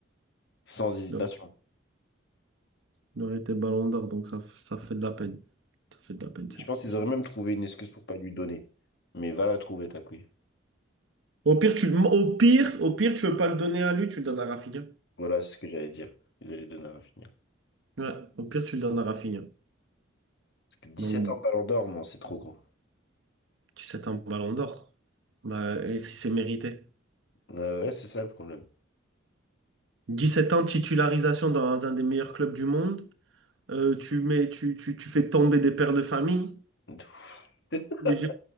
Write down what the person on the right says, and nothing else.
Il aurait il aurait été Ballon d'Or, donc ça, f- ça fait de la peine. Ça fait de la peine. c'est-
bon.
Au pire, tu, au pire, au pire, tu veux pas le donner à lui, tu le donnes à Rafinha.
Ouais, au pire, tu le donnes à Rafinha.
Donc, bon,
17 ans, Ballon d'Or. Bah, et si c'est mérité.
17 ans, titularisation dans un des meilleurs clubs du monde. Euh, tu mets, tu, tu, tu fais tomber des pères de famille.
Des gens-